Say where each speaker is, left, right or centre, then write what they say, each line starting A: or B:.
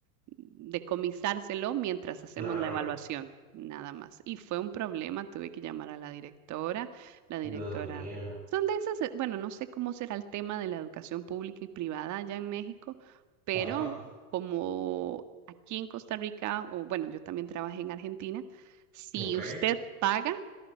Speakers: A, on the right (about 40°); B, on the right (about 20°).
A: decomisárselo mientras hacemos
B: Claro,
A: la evaluación, nada más. Y fue un problema, tuve que llamar a la directora, la directora.
B: Dios mío.
A: Son de esas, eh, bueno, no sé cómo será el tema de la educación pública y privada allá en México, pero
B: Ajá,
A: como aquí en Costa Rica, o bueno, yo también trabajé en Argentina, si
B: ok.
A: usted paga,